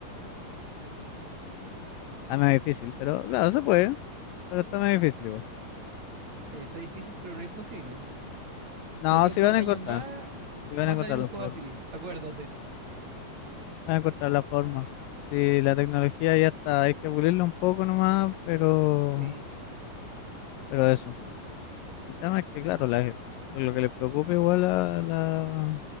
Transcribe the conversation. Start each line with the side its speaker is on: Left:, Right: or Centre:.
Left: Está más difícil, pero claro, se puede, pero está más difícil igual.
Right: Sí, está difícil, pero no imposible.
Left: No,
Right: de aquí a
Left: si
Right: un par
Left: van
Right: de
Left: a encontrar,
Right: años más
Left: si van
Right: va
Left: a encontrar
Right: a salir un
Left: la
Right: juego
Left: forma,
Right: así, acuérdate.
Left: van a encontrar la forma. Si la tecnología ya está, hay que pulirla un poco nomás, pero,
Right: Sí,
Left: pero eso. El tema es que, claro, la, gen- lo que les preocupa igual a, la,